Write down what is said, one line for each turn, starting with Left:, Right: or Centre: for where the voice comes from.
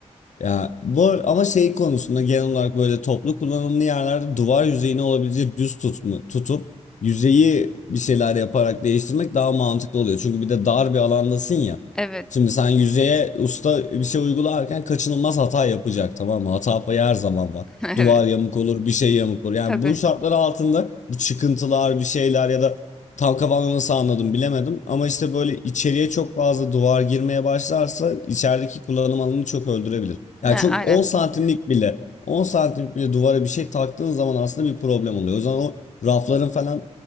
Left: Ya bu ar- ama şey konusunda genel olarak böyle toplu kullanımlı yerlerde duvar yüzeyini olabildiğince düz tutma, tutup yüzeyi bir şeyler yaparak değiştirmek daha mantıklı oluyor. Çünkü bir de dar bir alandasın ya.
Centre: Evet.
Left: Şimdi sen yüzeye usta bir şey uygularken kaçınılmaz hata yapacak tamam mı? Hata payı her zaman var.
Centre: <laughs> Evet.
Left: Duvar yamuk olur, bir şey yamuk olur. Yani
Centre: Tabii.
Left: bu şartlar altında bu çıkıntılar, bir şeyler ya da tam kafamda nasıl anladım bilemedim. Ama işte böyle içeriye çok fazla duvar girmeye başlarsa içerideki kullanım alanını çok öldürebilir.
Centre: Ne,
Left: Yani çok
Centre: aynen.
Left: 10 santimlik bile 10 santimlik bile duvara bir şey taktığın zaman aslında bir problem oluyor. O zaman o rafların falan